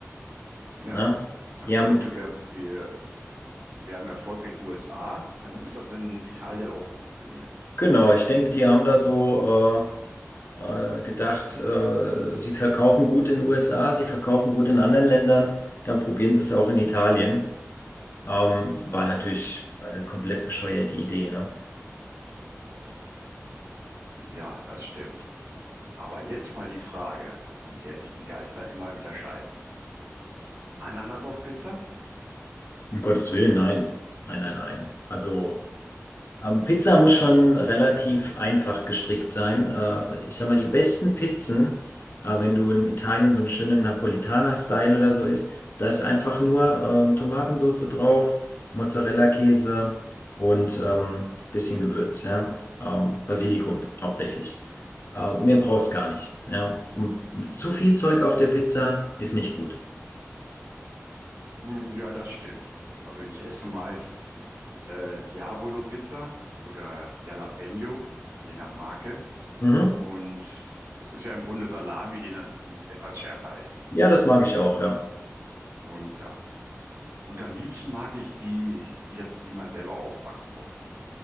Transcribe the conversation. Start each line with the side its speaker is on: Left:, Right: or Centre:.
Right: Ja,
Left: Ne?
Right: nach
Left: Die
Right: dem
Left: haben,
Right: Motto, wir, wir, wir haben Erfolg in den USA, dann muss das in Italien auch funktionieren.
Left: genau, ich denke, die haben da so äh, äh, gedacht, äh, sie verkaufen gut in den USA, sie verkaufen gut in anderen Ländern, dann probieren sie es auch in Italien. Ähm, war natürlich eine komplett bescheuerte Idee, ne?
Right: Ja, das stimmt. Aber jetzt mal die Frage, an der sich die Geister immer wieder scheiden. Ananas auf Pizza?
Left: Um Gottes Willen, nein. Nein, nein, nein. Also. Ähm, Pizza muss schon relativ einfach gestrickt sein. Äh, ich sag mal, die besten Pizzen, äh, wenn du in Italien so einen schönen Napolitaner-Style oder so isst, da ist einfach nur ähm, Tomatensauce drauf, Mozzarella-Käse und ähm, bisschen Gewürz, ja. Ähm, Basilikum hauptsächlich. Äh, mehr brauchst gar nicht, ja. Und zu viel Zeug auf der Pizza ist nicht gut.
Right: Hm, Ja, das stimmt. Also ich esse meist äh, Diabolo-Pizza oder Jalapeno, je nach Marke.
Left: Mhm.
Right: Und das ist ja im Grunde Salami, die dann etwas schärfer ist.
Left: Ja, das mag ich auch, ja.
Right: Und ja, und am liebsten mag ich die, die, das- die man selber aufbacken muss.